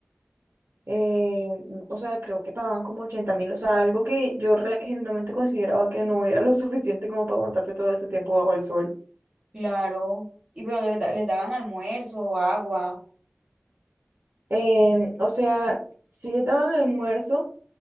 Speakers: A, on the right; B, on the right.
A: eh, o sea, creo que pagaban como ochenta mil, o sea, algo que yo re- genuinamente consideraba que no era lo <laughs> suficiente como para aguantarse todo ese tiempo bajo el sol.
B: Claro. Y pero les, da- les daban almuerzo, agua.
A: Em, o sea, sí les daban almuerzo,